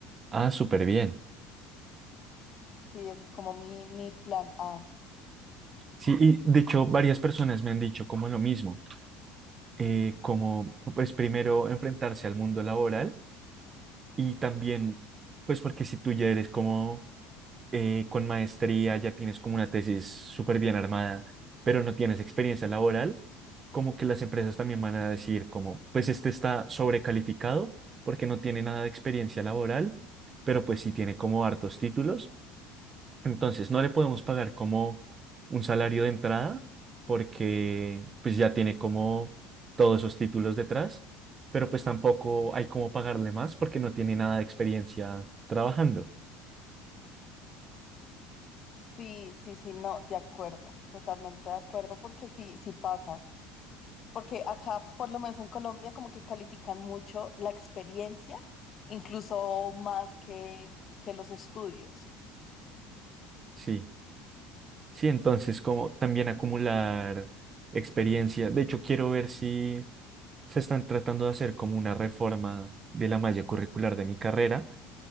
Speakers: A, on the right (about 30°); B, on the left (about 40°).
A: ah, súper bien.
B: Sí, ese es como mi, mi plan A.
A: Sí, y de hecho varias personas me han dicho como lo mismo, eh, como pues primero enfrentarse al mundo laboral y también pues porque si tú ya eres como eh, con maestría, ya tienes como una tesis súper bien armada, pero no tienes experiencia laboral, como que las empresas también van a decir como pues este está sobrecalificado porque no tiene nada de experiencia laboral, pero pues sí tiene como hartos títulos Entonces, no le podemos pagar como un salario de entrada porque pues ya tiene como todos esos títulos detrás, pero pues tampoco hay como pagarle más porque no tiene nada de experiencia trabajando.
B: Sí, sí, sí, no, de acuerdo, totalmente de acuerdo, porque sí, sí pasa. Porque acá, por lo menos en Colombia, como que califican mucho la experiencia, incluso más que, que los estudios.
A: Sí, sí, entonces como también acumular experiencia. De hecho, quiero ver si se están tratando de hacer como una reforma de la malla curricular de mi carrera